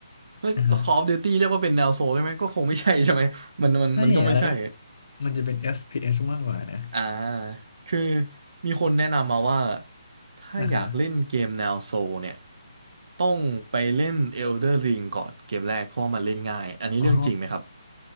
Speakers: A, on the right; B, on the left.
A: เฮ้ย
B: อ่าฮะ
A: Call of Duty เรียกว่าเป็นแนวโซลได้ไหมก็คงไม่ใช่ใช่ไหม <laughs> มันมันมันก็ไม่ใช่
B: ไม่อะไรนี่มันจะเป็น FPS มากกว่านะ
A: อ่าคือมีคนแนะนำมาว่าถ้าอยากเล่นเกมแนวโซลเนี่ย
B: อ่าฮะ
A: ต้องไปเล่น Elder Ring ก่อนเกมแรกเพราะว่ามันเล่นง่ายอันนี้เรื่องจริงไหมครับ
B: อ๋อ